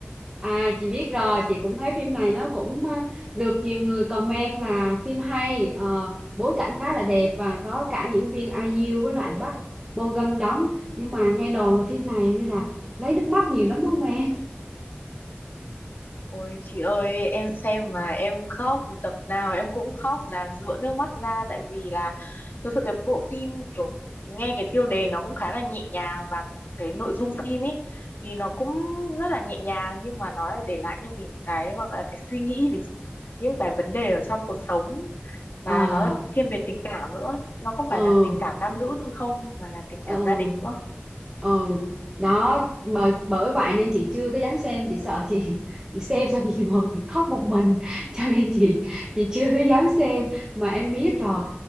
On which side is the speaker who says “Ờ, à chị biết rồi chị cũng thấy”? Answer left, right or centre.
Right